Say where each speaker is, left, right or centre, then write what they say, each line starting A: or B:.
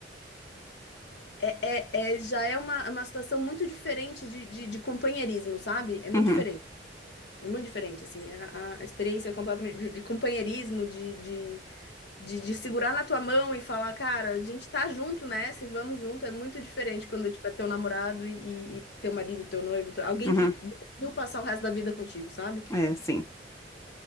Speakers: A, on the left; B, on the left.
A: é, é, é- já é uma, uma situação muito diferente de, de, de companheirismo, sabe? É muito
B: Uhum.
A: diferente, muito diferente, assim, a, a a experiência é completamente de, de companheirismo, de, de de, de segurar na tua mão e falar, cara, a gente tá junto nessa e vamos junto, é muito diferente quando tipo, é teu namorado e, e teu marido, teu noivo, teu- alguém
B: Uhum.
A: que decidiu passar o resto da vida contigo, sabe?
B: É, sim.